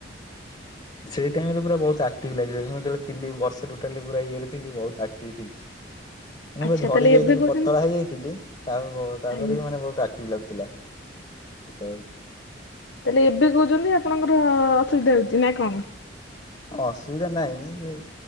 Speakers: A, on the left (about 30°); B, on the left (about 70°).
A: ସେଇ ଟାଇମରେ ପୁରା ବହୁତ ଆକ୍ଟିଭ ଲାଗିବ ମୁଁ ଯେତେବେଳେ ଥିଲି ବର୍ଷେ ଟୋଟାଲି ପୁରା ଇଏରେ ଥିଲି ବହୁତ ଆକ୍ଟିଭ ଥିଲି। <unintelligible>
B: ଆଚ୍ଛା
A: ଝଡି
B: ତାହେଲେ
A: ଯାଇଥିଲି
B: ଏବେ କହୁଛନ୍ତି
A: ପତଳା ହେଇଯାଇଥିଲି ତା ପ ତାପରେ
B: ଆଜ୍ଞା
A: ବି ମାନେ ବହୁତ ଆ କ୍ଟିଭ ଲାଗୁଥିଲା ସେତେବେଳେ।
B: ତାହେଲେ ଏବେ କହୁଛନ୍ତି ଆପଣଙ୍କର ଅସୁବିଧା ହଉଛି ନା କଣ?
A: ଅସୁବିଧା ନାହିଁ ଏ